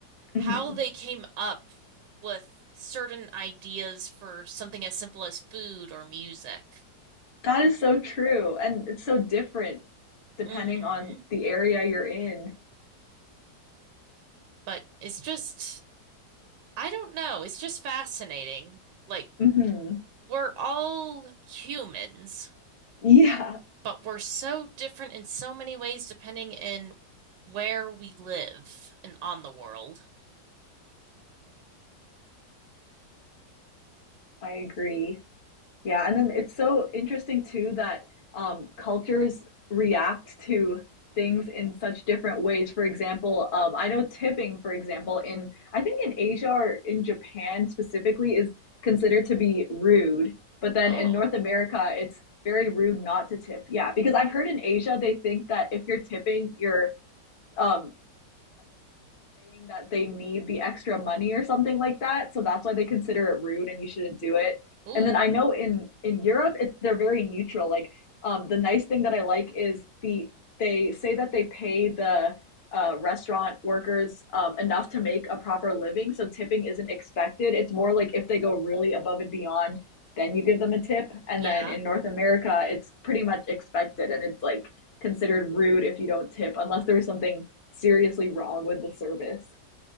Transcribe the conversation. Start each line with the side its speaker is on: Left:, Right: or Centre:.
Left: Mhm.
Right: how they came up with certain ideas for something as simple as food or music.
Left: That is so true, and it's so different depending
Right: Mm-hmm.
Left: on the area you're in.
Right: But it's just, I don't know. It's just fascinating. Like,
Left: hmm
Right: we're all humans.
Left: Yeah,
Right: but we're so different in so many ways depending in where we live and on the world.
Left: I agree. Yeah, and then it's so interesting too that um, cultures react to things in such different ways. For example, um, I know tipping, for example, in I think in Asia or in Japan specifically is considered to be rude, but then
Right: Oh,
Left: in North America, it's very rude not to tip. Yeah, because I've heard in Asia they think that if you're tipping, you're um, like saying that they need the extra money or something like that. So that's why they consider it rude and you shouldn't do it.
Right: ooh,
Left: And then I know in in Europe, it's they're very neutral. Like um, the nice thing that I like is the they say that they pay the uh, restaurant workers um, enough to make a proper living, so tipping isn't expected. It's more like if they go really above and beyond, then you give them a tip. And
Right: yeah,
Left: then in North America, it's pretty much expected, and it's like considered rude if you don't tip unless there was something seriously wrong with the service.